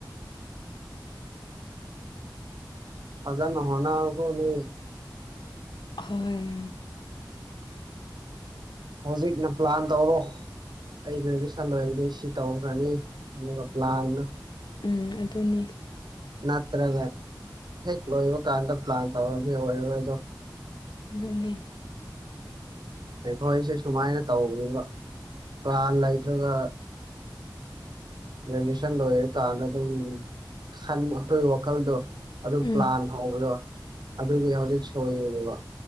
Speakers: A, on the right; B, on the left.
A: ꯐꯖꯥꯅ ꯍꯣꯠꯅꯥꯎꯀꯣ ꯅꯣꯏ
B: ꯑꯍꯣꯏ
A: ꯍꯧꯖꯤꯛꯅ ꯄ꯭ꯂꯥꯟ ꯇꯧꯔꯣ ꯑꯩ ꯒ꯭ꯔꯦꯖꯨꯁꯟ ꯂꯣꯏꯔꯗꯤ ꯁꯤ ꯇꯧꯈ꯭ꯔꯥꯅꯤ ꯑꯗꯨꯒꯥ ꯄ꯭ꯂꯥꯟꯗꯣ
B: ꯎꯝ ꯑꯗꯨꯅꯤ
A: ꯅꯠꯇ꯭ꯔꯥꯒ ꯍꯦꯛ ꯂꯣꯏꯕ ꯀꯥꯟꯗ ꯄ꯭ꯂꯥꯟ ꯇꯧꯔꯗꯤ ꯑꯣꯏꯔꯔꯣꯏꯗꯣ
B: ꯑꯗꯨꯅꯦ
A: ꯑꯩꯈꯣꯏꯁꯦ ꯁꯨꯃꯥꯏꯅ ꯇꯧꯗꯨꯕ ꯄ꯭ꯂꯥꯟ ꯂꯩꯇ꯭ꯔꯥꯒ ꯒ꯭ꯔꯦꯖꯦꯁꯟ ꯂꯣꯏꯔꯀꯥꯟꯗꯥ ꯑꯗꯨꯝ ꯈꯟ ꯑꯈꯣꯏ ꯋꯥꯈꯜꯗꯣ ꯑꯗꯨ
B: ꯎꯝ
A: ꯄ꯭ꯂꯥꯟ ꯍꯧꯕꯗꯣ ꯑꯗꯨꯒꯤ ꯍꯧꯖꯤꯛ ꯁꯣꯏꯕꯅꯦꯕ